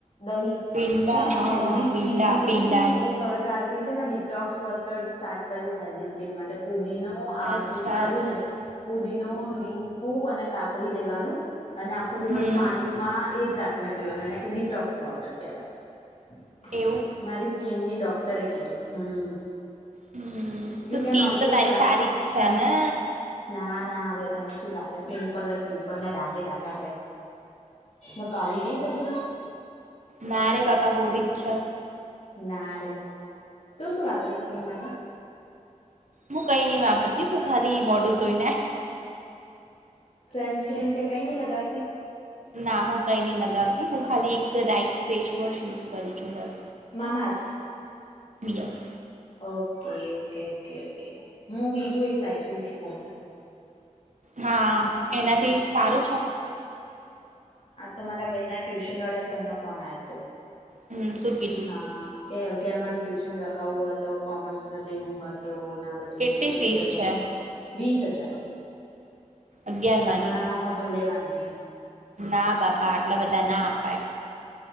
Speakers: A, on the left; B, on the right.
A: દહી
B: પીંડા
A: છે ને
B: હા
A: હેલ્ધી સ્કીિન
B: પીંડા
A: માટે
B: પીંડા
A: છે ને હું ક તેના ડટોક્સ વર સ્ટાર્ટ કરી પુદીનો આદુ
B: અચ્છા
A: આદુ
B: અચ્છા
A: નહી પુદી ન લીંબુ અને કાકડી લેવાનું અને આખો દિવસ
B: હમ
A: પાણીમાં એ જ રાખીને પીવાનું એના કે ડિટોક્સ વોટર કહેવાય
B: એવું
A: મારી સ્કીિનની ડો ભક્તરે કીધું હમ
B: હમ
A: યુ
B: તું
A: કેન
B: સ્કીન
A: ઓલ્સો
B: તો તારી
A: ટ્રાય
B: સારી જ છે ને
A: ના ના હવે તને શું લાગે પિમ્પલ ને પિમ્પલ ને ડાગી ડાગા છે એ કાળી નહી પડેગ
B: ના રે બાપા ગોરીછ
A: નારેલા તું શું વાપરે સ્કીન માટે
B: હું કઈ નહી વાપરતી હું ખાલી મોટું તોઈના
A: સનસ્ક્રીમ છે કઈ નહી લગાવતી
B: ના હું કઈ નહી લગાવતી હું ખાલી એક રાઈસ ફેસવોશ યુઝ કરું છું બસ.
A: મામા જ.
B: Yes.
A: Okay okay okay okay હું બીજું એક લાવ છું લુંનું.
B: હા એનાથી સારું છે.
A: તમારા ભાઈ ના ટ્યુશન વાળા સર નો ફોન આવ્યો હતો.
B: હમ સુગીધું.
A: હા કે અગિયાર મા નું ટ્યુશન રખાવવું હોય તો કોમર્સ લેવું હોય તો. ના બધું
B: કેટલી
A: કે ફ્યુચર
B: ફીસ
A: બ.
B: છે
A: વીસ હજાર.
B: અગિયારમાંની
A: ના ભણાવવામાં ભલેવાની.
B: ના બાપા આટલા બધા ના. પાાય.